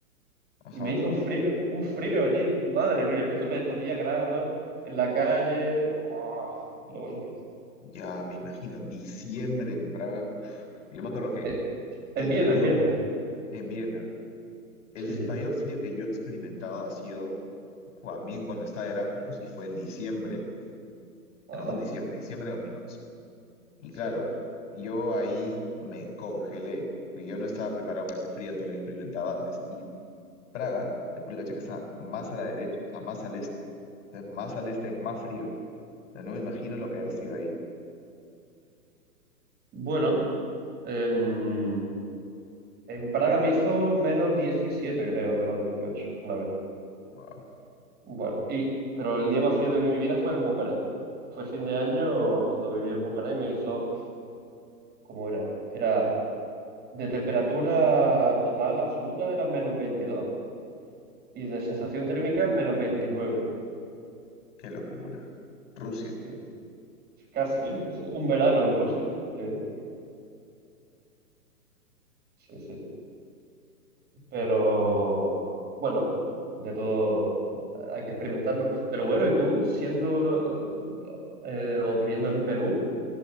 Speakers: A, on the left; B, on the right.
A: Ajá.
B: Y me hizo un frío, un frío allí. Madre mía, me hizo menos 10 grados en la calle. Buah, pero bueno.
A: Ya me imagino, diciembre en Praga. uf. Yo me acuerdo que
B: Eh, en
A: el
B: Viena,
A: frío
B: en Viena.
A: en Viena, el
B: Sí.
A: mayor frío que yo he experimentado ha sido también cuando estaba de Erasmus y fue en diciembre,
B: Ah,
A: en un diciembre, diciembre de 2011. Y
B: sí.
A: claro, yo ahí me congelé, porque yo no estaba preparado para ese frío, no lo he experimentado antes. Y Praga, República Checa, está más a la derecha, o sea, más al este. Entonces, más al este es más frío. O sea, no me imagino lo que ha sido ahí.
B: Bueno, em, en Praga me hizo menos 17 creo, menos 18 una vez.
A: Wow,
B: Bueno, y, pero el día más frío de mi vida fue en Bucarest. Fue fin de año cuando viví en Bucarest y me hizo, ¿cómo era? Era de temperatura total absoluta, eran menos 22 y de sensación térmica menos veintinueve
A: qué locura. Rusia.
B: Sí, sí. Casi, sí, un verano en Rusia. Sí, sí, sí. Pero bueno, de todo hay que experimentarlo. Pero bueno, y tú siendo eh, o viviendo en Perú,